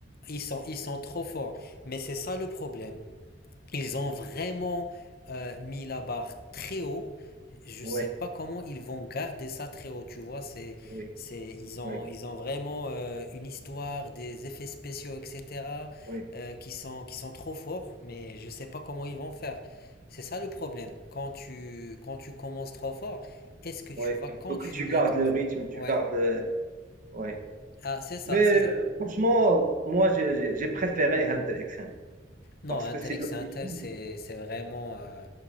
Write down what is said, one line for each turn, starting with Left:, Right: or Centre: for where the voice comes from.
Left: Ils sont, ils sont trop forts. Mais c'est ça le problème. Ils ont vraiment euh, mis la barre très haut. Je
Right: Oui,
Left: ne sais pas comment ils vont garder ça très haut. Tu vois, c'est,
Right: oui,
Left: c'est, ils ont,
Right: oui,
Left: ils ont vraiment euh, une histoire, des effets spéciaux, etc.,
Right: oui,
Left: euh, qui sont, qui sont trop forts. Mais je ne sais pas comment ils vont faire. C'est ça le problème. Quand tu, quand tu commences trop fort, est-ce que tu
Right: oui.
Left: vas
Right: Il
Left: continuer
Right: faut que tu gardes
Left: trop
Right: le
Left: fort?
Right: rythme, tu
Left: Ouais.
Right: gardes le- Ouais.
Left: Ah, c'est ça,
Right: Mais
Left: c'est ça.
Right: euh, franchement, moi, j'ai j'ai- j'ai préféré Hunter x Hunter
Left: Non,
Right: parce
Left: Intelix
Right: que c'est l'origine
Left: Intel, c'est c'est vraiment. euh,